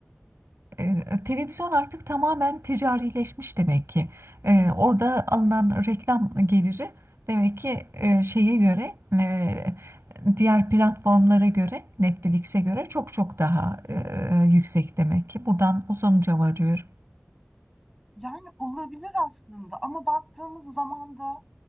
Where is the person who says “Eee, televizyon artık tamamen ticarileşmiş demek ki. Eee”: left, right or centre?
Right